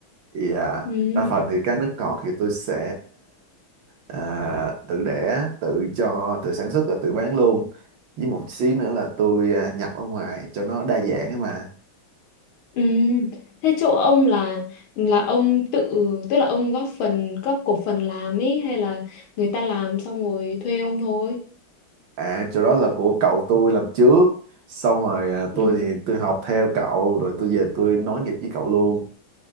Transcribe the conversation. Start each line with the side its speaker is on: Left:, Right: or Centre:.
Right: thì à,
Left: Ừ.
Right: đa phần thì các nước ngọt thì tôi sẽ à, tự đẻ tự cho tự sản xuất và tự bán luôn với một xí nữa là tôi à, nhập ở ngoài cho nó đa dạng ấy mà
Left: Ừ. Thế chỗ ông là là ông tự tức là ông góp phần góp cổ phần làm ấy hay là người ta làm xong rồi thuê ông thôi?
Right: à chỗ đó là của cậu tôi làm trước xong rồi à,
Left: Ừ.
Right: tôi thì tôi học theo cậu rồi tôi về tôi nối nghiệp với cậu luôn